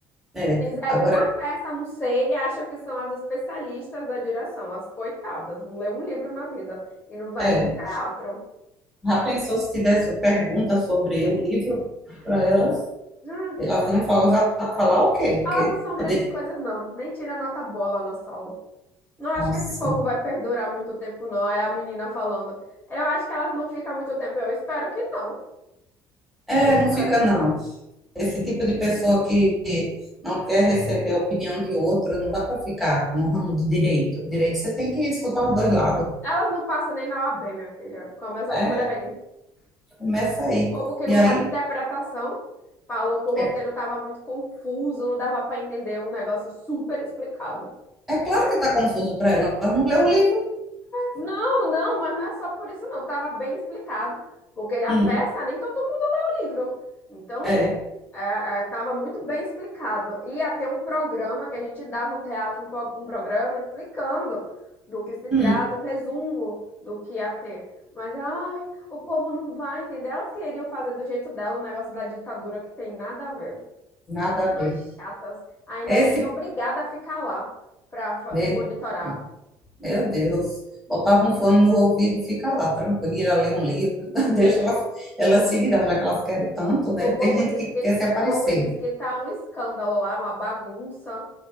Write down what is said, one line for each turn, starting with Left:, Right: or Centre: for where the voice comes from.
Centre: É,
Left: Fizeram
Centre: agora,
Left: uma peça, não sei, e acham que são as especialistas da direção. As coitadas. Não lê um livro na vida. E não vai
Centre: é,
Left: num teatro.
Centre: já pensou se tivesse pergunta sobre o livro para elas?
Left: Hum,
Centre: Elas
Left: coit-
Centre: iam falar, falar o quê? Porque
Left: elas não são
Centre: poder...
Left: grandes coisas, não. Nem tira nota boa lá na sala. Não acho
Centre: Nossa.
Left: que esse povo vai perdurar muito tempo, não. É a menina falando. Eu acho que elas não ficam muito tempo. Eu espero que não.
Centre: É,
Left: Eu espero
Centre: não fica
Left: que
Centre: não.
Left: não.
Centre: Esse tipo de pessoa que não quer receber a opinião de outro, não dá para ficar no ramo do direito. Direito você tem que escutar os dois lados.
Left: Elas não passam nem na OAB, minha filha. Começa
Centre: É,
Left: por aí.
Centre: começa aí.
Left: O povo que não
Centre: E aí,
Left: sabe interpretação falou que o roteiro
Centre: é,
Left: estava muito confuso, não dava para entender um negócio super explicado.
Centre: é claro que está confuso para ela. Ela não leu o livro.
Left: Não, não, mas não é só por isso, não. Tava bem explicado, porque a
Centre: Hum,
Left: peça nem todo mundo lê o livro. Então,
Centre: é,
Left: é, é, tava muito bem explicado. Ia ter um programa que a gente dá no teatro, um, po- um programa explicando do que se trata,
Centre: hum,
Left: um resumo do que ia ter. Mas, ai, o povo não vai entender. Elas queriam fazer do jeito dela o negócio da ditadura que tem nada a ver.
Centre: nada
Left: Umas
Centre: a ver.
Left: chatas. Ainda
Centre: Esse
Left: você é obrigada a ficar lá para
Centre: mesmo,
Left: monitorar.
Centre: meu Deus. Botava um fone no ouvido e fica lá, tranquila, lê um livro, <laughs> deixa ela, ela se virar, já que elas querem tanto, né?
Left: O povo
Centre: Tem gente
Left: disse
Centre: que
Left: que
Centre: quer se aparecer.
Left: o povo disse que tá um escândalo lá, uma bagunça.